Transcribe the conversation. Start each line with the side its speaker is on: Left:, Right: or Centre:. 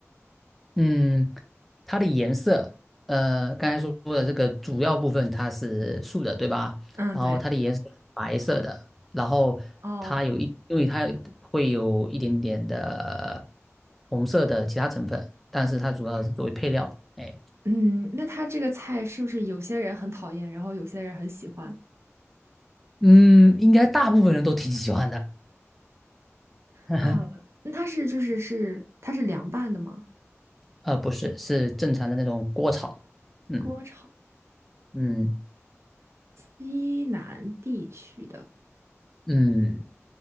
Centre: 嗯，它的颜色，呃，刚才说的这个主要部分它是素的，对吧？
Right: 嗯，
Centre: 然后它的颜色是白色的，
Right: 对，
Centre: 然后它有一，
Right: 哦。
Centre: 因为它会有一点点的红色的其他成分，但是它主要是作为配料。哎，
Right: 嗯，那它这个菜是不是有些人很讨厌，然后有些人很喜欢？
Centre: 嗯，应该大部分人都挺喜欢的。<laughs>
Right: 啊，那它是就是是它是凉拌的吗？
Centre: 呃，不是，是正常的那种锅炒。嗯
Right: 锅炒，
Centre: 嗯
Right: 西南地区的
Centre: 嗯。